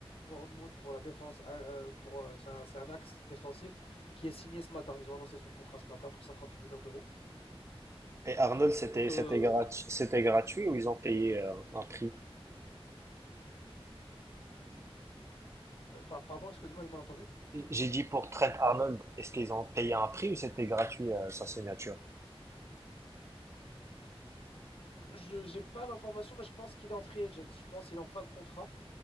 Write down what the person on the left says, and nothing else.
Bournemouth pour la défense, ah, euh, pour, euh, c'est un, c'est un axe défensif qui est signé ce matin. Ils ont annoncé son contrat ce matin pour 58 millions d'euros.
Donc,
euh,
euh, par- pardon, excusez-moi, j'ai mal entendu.
Euh, Je n'ai pas l'information, mais je pense qu'il est en free agent. Je pense qu'il est en fin de contrat.